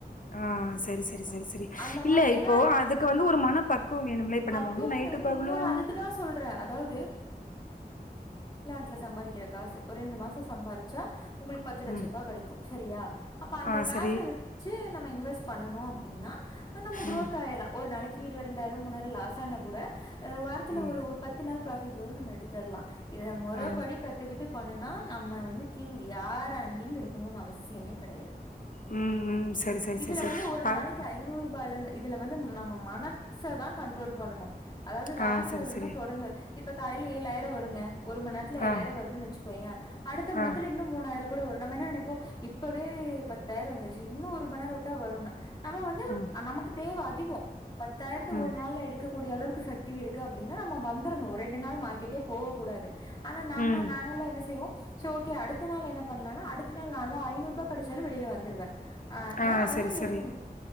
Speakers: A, on the left (about 55°); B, on the left (about 30°).
A: ஆ சரி சரி சரி சரி
B: அந்த
A: இல்ல
B: மாரி ஏன்னா
A: இப்போ அதுக்கு வந்து ஒரு மன பக்குவம் வேணும்ல இப்ப
B: பக்குவோ
A: நம்ம வந்து நைட்டு
B: வேணு
A: பகலும்
B: இன்னொன்னு அதுக்குதா சொல்றே அதாவது ல சம்பாதிக்கிற காசு ஒரு ரெண்டு மாசோ சம்பாரிச்சா உங்களுக்கு பத்து லட்ச
A: ம்
B: ரூபா கெடைக்கு செரியா அப்ப அந்த
A: ஆ
B: காச
A: சரி
B: வ ச்சு நம்ம இன்வெஸ்ட் பண்ணணு அப்டின்னா அ நம்ம க்ரோத்
A: ம்
B: ஆயிர்லா ஒரு நாளை க்கு ரெண்டாயிரம் மூணாயிரம் லாஸ் ஆனா கூட அ வாரத்துல
A: ம்
B: ஒரு பத்து நாள் ஃப்ராபிட் வரும் நம்ம எடுத்தர்லாம் இத மொறப்படி
A: ஆ
B: கத்துக்கிட்டு பண்ணுனா நம்ம வந்து கீங்கு யார அண்டியும் இருக்கணும்னு அவசியமே கிடையாது
A: ம் ம் சரி சரி
B: இதுல
A: சரி சரி
B: வந்து ஒரு
A: பார்
B: நாளைக்கு ஐநூறு ரூபாயல இருந்து இதுல வந்து நம்ம மனசதான் கண்ட்ரோல் பண்ணணும் அதாவது லாஸ்
A: ஆ சரி
B: ஆகுதுன்னா
A: சரி
B: தொடர்ந்து இப்ப காலையில ஏழாயிரம் வருங்க ஒரு மணிநேரத்தில ஏழாயிர
A: ஆ
B: வருதுன்ன வச்சுோயன் அடுத்த
A: ஆ
B: நேத்துல இன்ன மூணாயிரம் கூட நம்ம என்ன நினைப்போம் இப்பவே பத்தாயிரம் வந்துருச்சு இன்னும் ஒரு மணிநேரம் ஒட்டி வரும் நம்ம வந்து
A: ம்
B: நமக்கு தேவை அதிக <unintelligible> பத்தாயிரத்து
A: ம்
B: ஒரு நாள்ல எடுக்கக்கூடிய அளவுக்கு சக்தி இருக்கு அப்படின்னா நம்ம வந்துரணும் ஒரு ரெண்டு நாள் மார்க்கெட்டே போக கூடாது ஆனா நாம
A: ம்
B: நாங்க எல்லாம் என்ன செய்வோம் ஸ்ஓகே அடுத்த நாள் என்ன பண்ணலானா அடுத்த நாள் நான்ளா ஜனுநூறு ரூபா கிச்சாலும் வெளியில வந்துடுவேன் ஆஹ் ஏன்னா
A: ஆ
B: அதெல்லாம்
A: சரி சரி
B: எடுக்க முடியும்